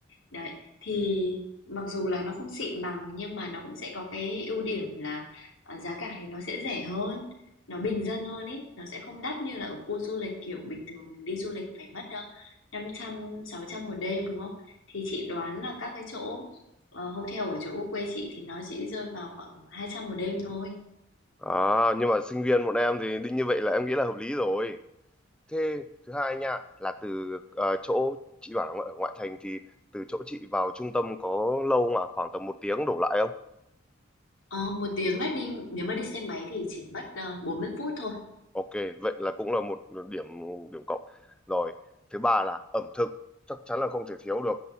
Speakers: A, on the left (about 75°); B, in the centre.
A: Đấy, thì mặc dù là nó không xịn bằng nhưng mà nó cũng sẽ có cái ưu điểm là ờ, giá cả thì nó sẽ rẻ hơn nó bình dân hơn ấy, nó sẽ không đắt như là ở khu du lịch kiểu bình thường mình đi du lịch phải mất đâu năm trăm sáu trăm một đêm đúng không? Thì chị đoán là các cái chỗ ờ, hotel ở chỗ quê chị thì nó chỉ rơi vào khoảng 200 một đêm thôi.
B: à nhưng mà sinh viên bọn em thì đương như vậy là em nghĩ là hợp lý rồi Thế thứ hai nha là từ, ờ, chỗ chị bảo là ngoại ở ngoại thành thì từ chỗ chị vào trung tâm có lâu không Khoảng tầm một tiếng đổ lại không?
A: Ờ, một tiếng đấy đi nếu mà đi xe máy thì chỉ mất uh, bốn mươi phút thôi.
B: Ok, vậy là cũng là một điểm điểm cộng. Rồi, thứ ba là ẩm thực, chắc chắn là không thể thiếu được.